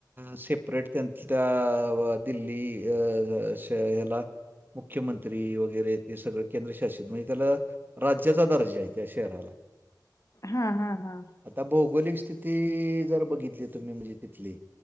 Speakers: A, on the right; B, on the left.
A: सेपरेट त्यां त्यांल्या दिल्ली अं... याला मुख्यमंत्री वगैरे ते सगळं केंद्रशासित म्हणजे त्याला राज्याचा दर्जा आहे त्या शहराला
B: हा हा हा
A: आता भौगोलिक स्थिती जर बघितली तुम्ही म्हणजे तिथली